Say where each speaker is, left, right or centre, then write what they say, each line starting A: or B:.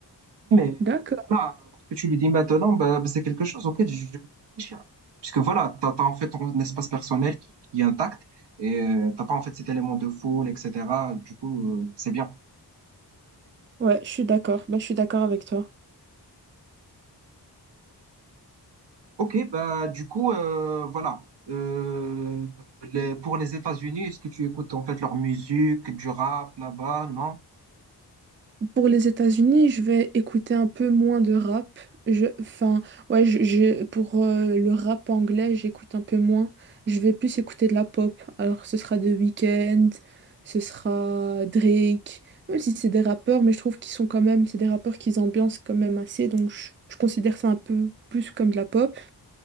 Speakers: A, on the right; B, on the right.
A: mais
B: D'accord.
A: là, parce que tu lui dis maintenant, bah, bah, c'est quelque chose auquel je je vais réfléchir. Puisque voilà, t'as, t'as en fait ton espace personnel qui, qui est intact et euh, t'as pas en fait cet élément de foule, etc. Du coup, euh, c'est bien.
B: Ouais, je suis d'accord. Bah, je suis d'accord avec toi.
A: Ok, bah du coup, euh, voilà. Euh, les, pour les États-Unis, est-ce que tu écoutes en fait leur musique, du rap là-bas? Non?
B: Pour les États-Unis, je vais écouter un peu moins de rap. Je, enfin, ouais, je, je- pour euh, le rap anglais, j'écoute un peu moins. Je vais plus écouter de la pop. Alors, ce sera The Weeknd, ce sera Drake, même si c'est des rappeurs, mais je trouve qu'ils sont quand même, c'est des rappeurs qui ambiancent quand même assez, donc je, je considère ça un peu plus comme de la pop.